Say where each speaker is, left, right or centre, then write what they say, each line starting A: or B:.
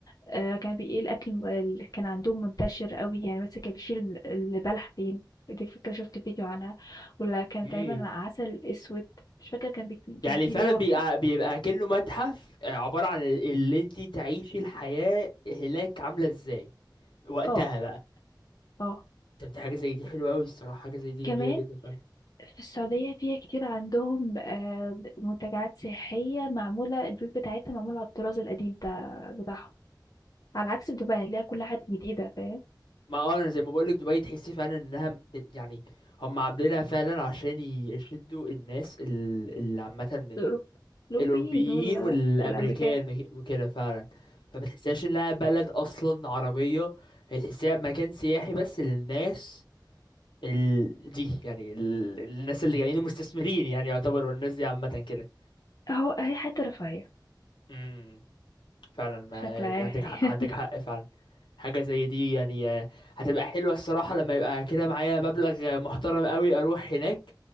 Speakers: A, on the left; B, on the left.
A: آآ كان بي إيه الأكل م اللي كان عندهم منتشر أوي، يعني مثلًا كان بيشيل ال البلح فين، دي فكرة شُفت فيديو عنها، والّا كان
B: ايه
A: تقريبًا عسل أسود، مش فاكرة كان بي
B: يعني
A: كان في
B: فعلا
A: اللي هو
B: بيبقى بيبقى كأنه متحف آه، عبارة عن اللي انت تعيشي الحياة هناك عاملة ازاي وقتها
A: آه،
B: بقى
A: آه،
B: طب دي حاجة زي دي حلوة قوي الصراحة حاجة زي دي
A: كمان
B: جميلة جدا فعلا
A: في السعودية فيها كتير عندهم آه، منتجعات سياحية معمولة البيوت بتاعتها معمولة على الطراز القديم بتاع بتاعهم على عكس في دبي هتلاقي كل حاجة جديدة فاهم
B: ما اه انا زي ما بقولك دبي تحسي فعلا انها ب- يعني هم عاملينها فعلا عشان يشدوا الناس ال- اللي عامة من
A: الأوروب- الأوروبيين
B: الأوروبيين
A: دول
B: والأمريكان
A: والأمريكان
B: وكده فعلا فما تحسيهاش انها بلد أصلا عربية هي تحسيها مكان سياحي بس للناس ال... دي يعني ال... الناس اللي جايين المستثمرين يعني يعتبروا الناس دي عامة كده
A: أهو هي حتة رفاهية
B: امم فعلا ما
A: بشكل
B: يعني
A: عام
B: عندك حق عندك
A: <laughs>
B: حق فعلا حاجة زي دي يعني آه، هتبقى حلوة الصراحة لما يبقى كده معايا مبلغ محترم قوي أروح هناك